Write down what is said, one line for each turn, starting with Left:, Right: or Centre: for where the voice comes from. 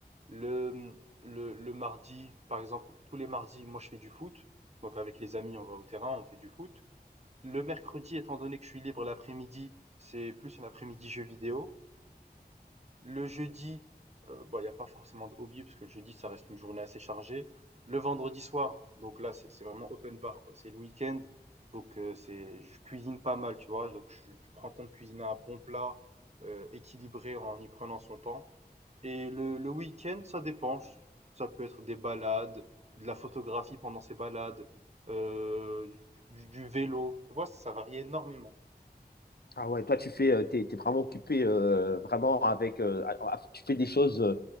Right: Le, mmh, le, le mardi, par exemple, tous les mardis, moi je fais du foot. Donc avec les amis, on va au terrain, on fait du foot. Le mercredi, étant donné que je suis libre l'après-midi, c'est plus un après-midi jeu vidéo. Le jeudi, euh, bon, il n'y a pas forcément de hobby parce que le jeudi, ça reste une journée assez chargée. Le vendredi soir, donc là, c'est c'est vraiment open bar, quoi. C'est le week-end, donc euh, c'est, je cuisine pas mal, tu vois. Donc je, je prends le temps de cuisiner un bon plat euh, équilibré en y prenant son temps. Et le le week-end, ça dépend. Ça peut être des balades, de la photographie pendant ces balades, heu, du du du vélo, tu vois? Ça varie énormément.
Left: Ah ouais, toi tu fais, euh, t'es, t'es vraiment occupé euh, vraiment avec, euh, à- à- tu fais des choses euh,